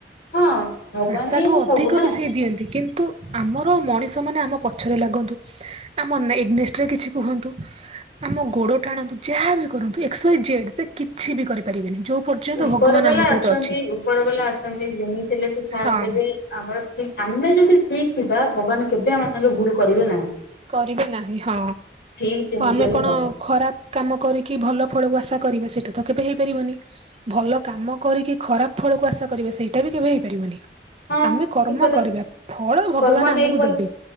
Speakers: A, on the left; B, on the right.
A: ହଁ ଭଗବାନ
B: ଆଶାଠୁ
A: ହିଁ ତ
B: ଅଧିକ
A: ସବୁ ନା।
B: ବି ସେଇ ଦିଅନ୍ତି କିନ୍ତୁ ଆମର ମଣିଷ ମାନେ ଆମ ପଛରେ ଲାଗନ୍ତୁ। ଆମ ନେ ଏଗନେଷ୍ଟରେ କିଛି କୁହନ୍ତୁ। ଆମ ଗୋଡ ଟାଣନ୍ତୁ ଯାହା ବିି କରନ୍ତୁ ଏସ୍କ୍ ୱଇ ଜେଡ୍ ସେ କିଛି ବି କରିପାରିବେନି ଯୋଉ ଯୋଉ ପର୍ଯ୍ୟନ୍ତ
A: ଉପର
B: ଭଗବାନ
A: ବାଲା
B: ଆମ ସହିତ
A: ଅଛନ୍ତି
B: ଅଛି।
A: ଉପର ବାଲା ଅଛନ୍ତି ଯେମିତି ଥିଲେ ସେ ସାଥ୍
B: ହଁ
A: ଦେବେ। ଆମର ଠିକ ଆମେ ଯଦି ଠିକ ଥିବା ଭଗବାନ କେବେ ଆମ ସାଙ୍ଗେ ଭୁଲ କରିବେ ନାହିଁ।
B: କରିବେ ନାହିଁ ହଁ
A: ଠିକ ଯେମିତି
B: ଆମେ
A: ହେଲେ
B: କଣ
A: ହବ
B: ଖରାପ। କାମ କରିକି ଭଲ ଫଳକୁ ଆଶା କରିବା ସେଇଟା ତ କେବେ ହେଇପାରିବନି। ଭଲ କାମ କରିକି ଖରାପ ଫଳକୁ ଆଶା କରିବା ସେଇଟା ବି କେବେ ହେଇପାରିବନି।
A: ହଁ
B: ଆମେ କର୍ମ
A: ଠିକ କଥା।
B: କରିବା ଫଳ ଭଗବାନ
A: କର୍ମ ନେଇ
B: ଆମକୁ
A: ଫଳ
B: ଦେବେ